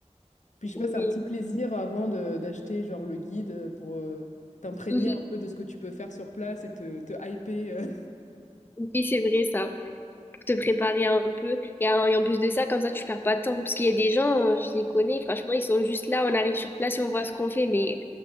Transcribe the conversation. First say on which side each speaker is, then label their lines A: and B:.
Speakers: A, on the left (about 80°); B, on the left (about 15°).
A: Puis je sais
B: oui.
A: pas, c'est un petit plaisir avant de- d'acheter genre le guide euh, pour euh, t'imprégner
B: <laughs> Mhm.
A: un peu de ce que tu peux faire sur place et te, te hyper. euh.
B: Oui, c'est vrai ça, pour te préparer un peu. Et en, et en plus de ça, comme ça, tu perds pas de temps. Parce qu'il y a des gens, euh, je les
A: Ouais.
B: connais, franchement, ils sont juste là, on arrive sur place et on voit ce qu'on fait. Mais